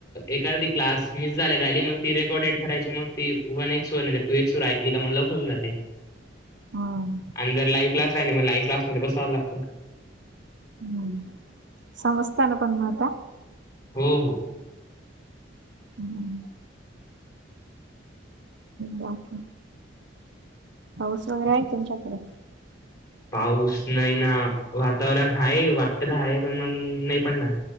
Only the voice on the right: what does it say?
हा
हम्म, समजतय ना पण म आता?
हम्म बाकी पाऊस वगैरे आहे तुमच्याकडं?